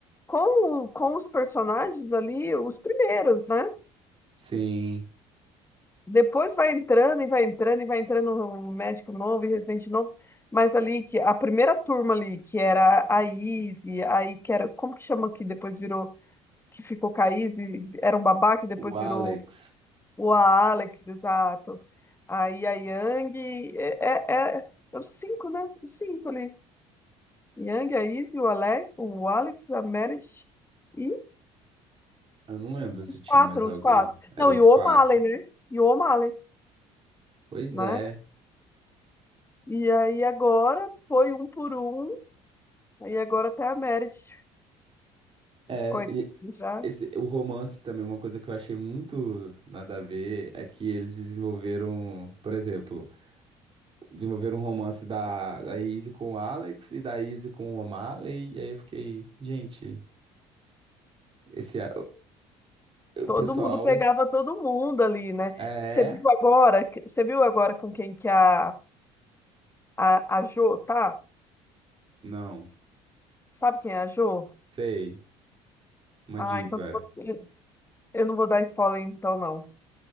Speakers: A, on the left; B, on the right.
A: com, o- com os personagens ali, os primeiros, né?
B: Sim,
A: Depois vai entrando e vai entrando e vai entrando um médico novo e residente novo. Mas ali que a primeira turma ali, que era a Izzy, aí que era, como que chama que depois virou, que ficou com a Izzy, era um babá que depois
B: o Alex.
A: virou o Alex, exato. Aí a Yang, é, é, é- é os cinco, né? Os cinco ali. Yang, a Izzy, o Alex, o Alex, a Meredith e
B: Eu não lembro se
A: os
B: tinha
A: quatro,
B: mais alguém.
A: os quatro.
B: Era
A: Não,
B: os
A: e o
B: quatro.
A: O'Malley, né? E o O'Malley,
B: Pois
A: né?
B: é.
A: E aí agora foi um por um, aí agora até a Merit,
B: É,
A: coitada,
B: e
A: já
B: esse, o romance também, uma coisa que eu achei muito nada a ver, é que eles desenvolveram, por exemplo, desenvolveram um romance da, da Izzy com o Alex e da Izzy com o O'Malley, e aí eu fiquei, gente, esse, a- o o
A: todo
B: pessoal
A: mundo pegava todo mundo ali, né?
B: é,
A: Você viu agora, que- você viu agora com quem que a, a, a Jo tá?
B: não,
A: Sabe quem é a Jo?
B: sei, uma
A: Ah,
B: diva.
A: então eu eu não vou dar spoiler então não,